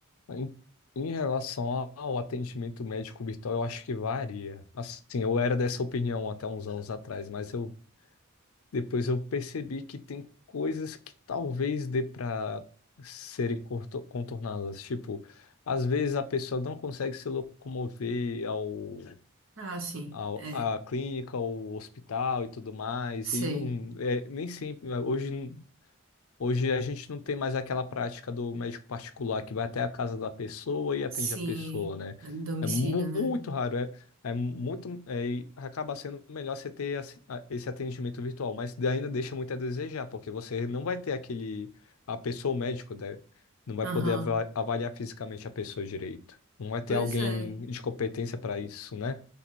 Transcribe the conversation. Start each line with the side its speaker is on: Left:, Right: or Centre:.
Left: Em, em relação ao atendimento médico virtual, eu acho que varia. Assim, eu era dessa opinião até uns anos atrás, mas eu depois eu percebi que tem coisas que talvez dê para serem corto- contornadas. Tipo, às vezes a pessoa não consegue se locomover ao,
Right: Ah, sim.
Left: ao
Right: É.
Left: à clínica, ao hospital e tudo mais,
Right: Sei.
Left: e não é, nem sempre hoje. Hoje a gente não tem mais aquela prática do médico particular que vai até a casa da pessoa e atende
Right: Sim.
Left: a pessoa, né?
Right: é, Domicílio,
Left: É mu-
Right: né?
Left: muito raro, é, é muito, é, e acaba sendo melhor você ter assi- a- esse atendimento virtual, mas ainda deixa muito a desejar, porque você não vai ter aquele, a pessoa, o médico, né? Não vai
Right: Aham.
Left: poder ava- avaliar fisicamente a pessoa direito. Não vai ter
Right: Pois
Left: alguém
Right: é.
Left: de competência para isso, né?